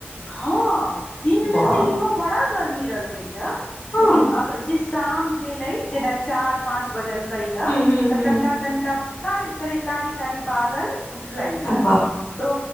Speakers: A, on the left; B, on the left.
A: हँ दिन में
B: वाह
A: तऽ इहो बड़त गर्मी रहलकै हा
B: हू
A: लेकिन अग जिस शाम भेल जेना चार पांच बजल कै है
B: हू
A: तऽ
B: हू
A: तनिका तनिका क कर कारी कारी बादल उठलै है
B: वाह
A: तो